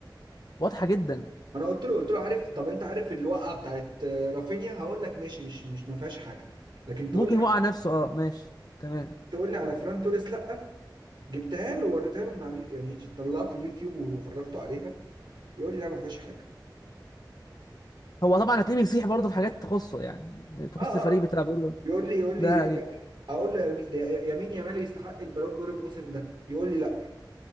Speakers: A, on the left; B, on the right.
A: واضحه جدا
B: انا قلت له قلت له عارف طب انت عارف الوقعه بتاعت آه، رافينيا هقول لك ماشي مش مش ما فيهاش حاجه لكن تقول
A: ممكن
B: لي
A: يوقع نفسه اه ماشي تمام
B: تقول لي على فران توريس لا جبتها له ووريتها له من على اليو- يعني طلعت اليوتيوب وفرجته عليها يقول لي لا ما فيهاش حاجه
A: هو طبعا هتلاقيه بيصيح برضه في حاجات تخصه يعني تخص
B: اه اه
A: الفريق
B: آه.
A: بتاعه بيقول له
B: يقول لي يقول
A: ده
B: لي
A: جد.
B: اقول له يمين- ده يمين يامال يستحق البالون دور الموسم ده يقول لي لا